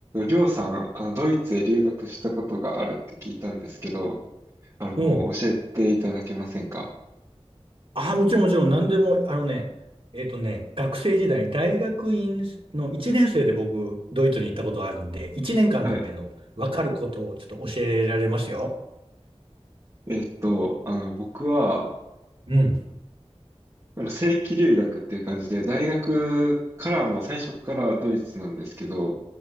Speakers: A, on the right; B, on the right.
A: りょうさん、あの、ドイツへ留学したことがあるって聞いたんですけど、あの、
B: うん。
A: 教えていただけませんか
B: ああ、もちろんもちろん、何でも、あのね、えっとね、学生時代、大学院の1年生で僕、ドイツに行ったことあるんで、1年間だけど、
A: はい。
B: わかることをちょっと教えられますよ。
A: えっと、あの、僕は、
B: うん。
A: あの、正規留学っていう感じで、大学からもう最初からドイツなんですけど、